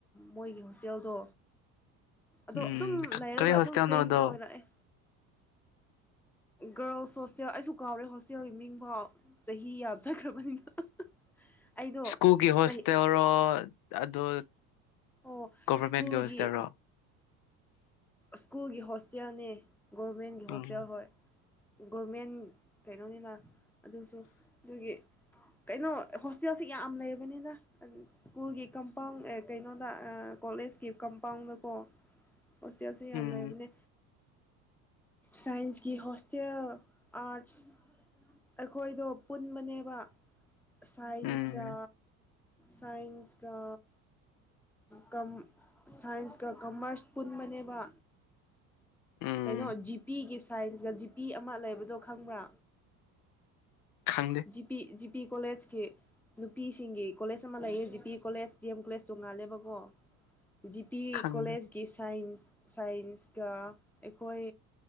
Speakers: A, in the centre; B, on the left (about 50°).
A: ꯃꯣꯏꯒꯤ ꯍꯣꯁꯇꯦꯜꯗꯣ ꯑꯗꯣ
B: ꯎꯝ
A: ꯑꯗꯨꯝ ꯂꯩꯔꯒ
B: ꯀꯔꯤ ꯍꯣꯁꯇꯦꯜꯅꯣꯗꯣ
A: ꯑꯗꯨꯝ ꯐ꯭ꯔꯦꯡꯗꯤ ꯑꯣꯏꯔꯛꯑꯦ ꯒꯔꯜꯁ ꯍꯣꯁꯇꯦꯜ ꯑꯩꯁꯨ ꯀꯥꯎꯔꯦ ꯍꯣꯁꯇꯦꯜꯒꯤ ꯃꯤꯡꯐꯥꯎ ꯆꯍꯤ ꯌꯥꯝ ꯆꯠꯈ꯭ꯔꯕꯅꯤꯅ ꯑꯩꯗꯣ
B: ꯁ꯭ꯀꯨꯜꯒꯤ ꯍꯣꯁꯇꯦꯜꯔꯣ
A: ꯆꯍꯤ
B: ꯑꯣ
A: ꯑꯣ
B: ꯒꯚꯔꯃꯦꯟꯒꯤꯕ
A: ꯁ꯭ꯀꯨꯜꯒꯤ
B: ꯍꯣꯁꯇꯦꯜꯔꯣ
A: ꯁ꯭ꯀꯨꯜꯒꯤ ꯍꯣꯁꯇꯦꯜꯅꯦ ꯒꯣꯔꯃꯦꯟꯒꯤ ꯍꯣꯁꯇꯦꯜ
B: ꯎꯝ
A: ꯍꯣꯏ ꯒꯣꯔꯃꯦꯟ ꯀꯩꯅꯣꯅꯤꯅ ꯑꯗꯨꯁꯨ ꯑꯗꯨꯒꯤ ꯀꯩꯅꯣ ꯍꯣꯁꯇꯦꯜꯁꯤ ꯌꯥꯝ ꯂꯩꯕꯅꯤꯅ ꯁ꯭ꯀꯨꯜꯒꯤ ꯀꯝꯄꯥꯎꯟ ꯀꯩꯅꯣꯗ ꯀꯣꯂꯦꯖꯀꯤ ꯀꯝꯄꯥꯎꯟꯗꯀꯣ ꯍꯣꯁꯇꯦꯜ ꯁꯤ ꯌꯥꯝ
B: ꯎꯝ
A: ꯂꯩꯕꯅꯦ ꯁꯥꯏꯟꯁꯀꯤ ꯍꯣꯁꯇꯦꯜ ꯑꯥꯔꯠꯁ ꯑꯩꯈꯣꯏꯗꯣ ꯄꯨꯟꯕꯅꯦꯕ ꯁꯥꯏꯟꯁꯀ
B: ꯎꯝ
A: ꯁꯥꯏꯟꯁ ꯀ ꯀꯝ ꯁꯥꯏꯟꯁꯀ ꯀꯃꯔꯁ ꯄꯨꯟꯕꯅꯦꯕ
B: ꯎꯝ
A: ꯀꯩꯅꯣ ꯖꯤꯄꯤꯒꯤ ꯁꯥꯏꯟꯁꯀ ꯖꯤꯄꯤ ꯑꯃ ꯂꯩꯕꯗꯣ ꯈꯪꯕ꯭ꯔꯥ
B: ꯈꯪꯗꯦ
A: ꯖꯤ ꯄꯤ ꯖꯤ ꯄꯤ ꯀꯣꯂꯦꯖꯀꯤ ꯅꯨꯄꯤꯁꯤꯡꯒꯤ ꯀꯣꯂꯦꯖ ꯑꯃ ꯂꯩꯌꯦ G P college D M college ꯇꯣꯉꯥꯜꯂꯦꯕꯀꯣ ꯖꯤ ꯄꯤ
B: ꯈꯪꯗꯦ
A: ꯀꯣꯂꯦꯖꯀꯤ ꯁꯥꯏꯟꯁ ꯁꯥꯏꯟꯁꯀ ꯑꯩꯈꯣꯏ